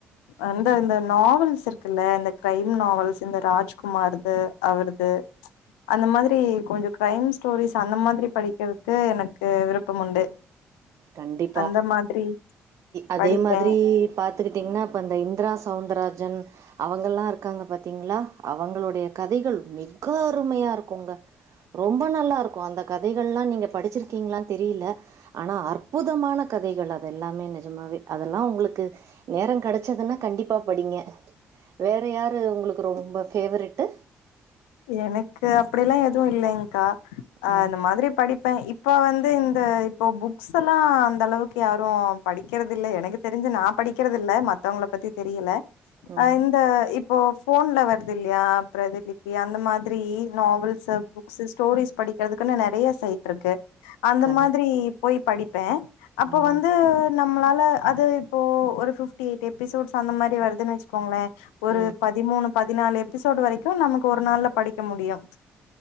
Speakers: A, on the left; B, on the right.
A: அந்த இந்த நாவல்ஸ் இருக்குல்ல இந்த கிரைம் நாவல்ஸ் இந்த ராஜ்குமார்து அவரது ச் அந்த மாதிரி கொஞ்சோ கிரைம் ஸ்டோரிஸ் அந்த மாதிரி படிக்கிறதுக்கு எனக்கு விருப்பம் உண்டு
B: கண்டிப்பா
A: அந்த மாதிரி
B: அதே
A: படிப்பே
B: மாதிரி பாத்துக்கிட்டிங்கன்னா இப்போ இந்திரா சவுந்தர்ராஜன் அவங்கெல்லா இருக்காங்க பாத்தீங்களா அவங்களுடைய கதைகள் மீக அருமையா இருக்குங்க ரொம்ப நல்லா இருக்கு அந்த கதைகள் எல்லா நீங்க படிச்சிருக்கீங்களானு தெரியல ஆனா அற் புதமான கதைகள் அதெல்லாமே நிஜமாவே அதெல்லா உங்களுக்கு நேரோ கிடச்சதுன்னா கண்டிப்பா படிங்க வேற யாரு உங்களுக்கு ரொம்ப ஃபேவரட்டு்
A: எனக்கு அப்டில்லா எதுவு இல்லைங்க்கா அ
B: ம்
A: இந்த மாதிரி படிப்பே இப் இப்போ வந்து இந்த இப்போ புக்ஸ் எல்லா அந்த அளவுக்கு யாரு படிக்கிறத இல்ல எனக்கு தெரிஞ்சு நா படிக்கிறத இல்ல மத்தவங்கள பத்தி தெரியல
B: ம்
A: அ இந்த இப்போ போன்ல வருது இல்லையா ப்றதீலி அந்த மாதிரி நாவல்ஸ் புக்ஸ் ஸ்டோரிஸ் படிக்கிறதுக்குன்னு நெறைய சைட் இருக்கு அந்த
B: கண்டி
A: மாதிரி போய் படிப்பே அப்போ
B: ஆ
A: வந்து நம்மளால அது இப்போ ஒரு பிப்டி எயிட் எபிசோட்ஸ் அந்த மாதிரி வருதுன்னு வச்சுக்கோங்களே ஒரு
B: ம்
A: பதிமூணு பதினாலு எபிசோடு் வரைக்கு நமக்கு ஒரு நாள்ல படிக்க முடியு